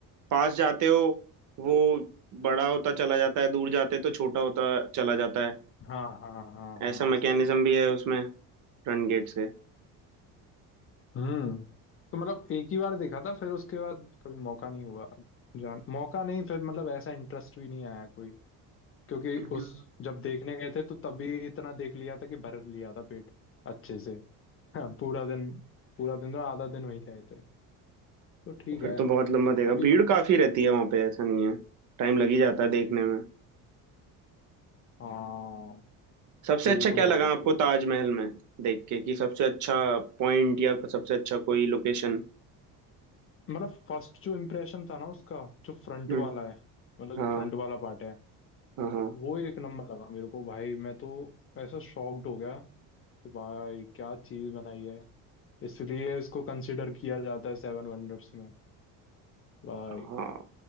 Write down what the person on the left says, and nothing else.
हाँ हाँ हाँ
हाँ
ऐसा है
हम्म तो मतलब एक ही बार देखा था फिर उसके बाद कभी मौका नहीं हुआ जान मौका नहीं फिर मतलब ऐसा इंटरेस्ट भी नहीं आया कोई क्योंकि
उस जब देखने गए थे तो तभी इतना देख लिया था कि भर लिया था पेट अच्छे से हाँ, पूरा दिन पूरा दिन तो आधा दिन वहीं रहे थे तो ठीक
है
अभी
मतलब
हाँ
भीड़
तो बहुत
होती
है
मतलब फर्स्ट जो इम्प्रेशन था ना उसका जो फ्रंट
वाला है मतलब जो
फ्रंट वाला पार्ट है
वो एक नंबर लगा मेरे को भाई मैं तो ऐसा शॉक्ड हो गया कि भाई क्या चीज बनाई है इसलिए इसको कंसिडर किया जाता है सेवन वंडर्स में भाई